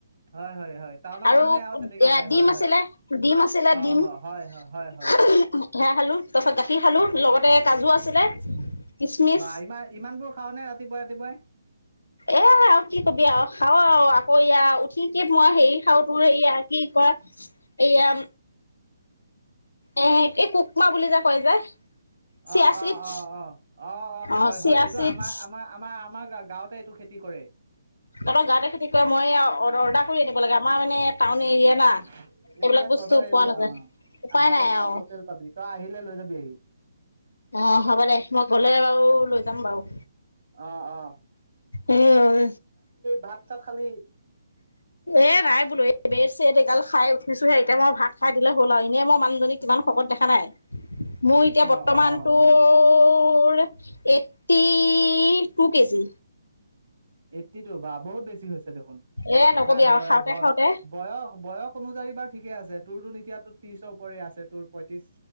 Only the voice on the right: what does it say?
হয় -হয়। হয় টাউনৰ
মানুহে তেনেকে
খাই
হয় হয়
অহ
হ,
হয় হয় হয় হয়
বা ইমান -ইমানবোৰ খাওনে ৰাতিপুৱাই ৰাতিপুৱাই।
অঁ-
অঁ-অঁ-অঁ, অঁ -অঁ,
হয়-
হয়। এইটো
আমাৰ- আমাৰ- আমাৰ -আমাৰ গাঁৱতে এইটো খেতি কৰে।
এ
এইবিলাক
তহঁতৰ এই
অঁ,
আমাৰ
একদম
লোকেল পাবি। তই আহিলে লৈ যাবি আহি।
অঁ -অঁ।
ভাত চাত খালি
অ',
অ', অ',
Eighty two বা বহুত বেছি হৈছে দেখোন।
নাই, ব-ব-
বয়স- বয়স অনুযায়ী বা ঠিকে আছে। তোৰতো এটিয়াতো ত্ৰিশৰ ওপৰে আছে। তোৰ- পঁয়ত্ৰিশ